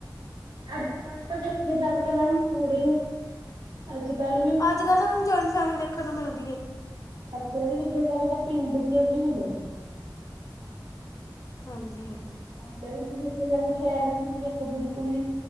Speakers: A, on the right (about 75°); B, on the left (about 45°).
A: ਅੱਜ ਕੱਲ ਤਾਂ ਦੇਖਿਆ ਜਾਵੇ ਤਾਂ ਮੈਮ ਥੋੜ੍ਹੇ ਅੱਜ ਕੱਲ ਵੀ
B: ਜਦੋਂ ਸਾਨੂੰ ਜੁਆਇੰਟ ਫੈਮਲੀ ਦੇਖਣ ਨੂੰ ਮਿਲਦੀਆ ਮੇ।
A: ਅੱਜ ਇਹ ਦੇਖਿਆ ਜਾਵੇ ਤਾਂ ਪਿੰਡ ਚ ਵੀ ਨੀ ਮਿਲਦੀ।
B: ਹਾਂਜੀ ਹਾਂਜੀ।
A: <unintelligible> ਸ਼ਹਿਰ ਦੇਖੋ ਬਿਲਕੁਲ ਹੀ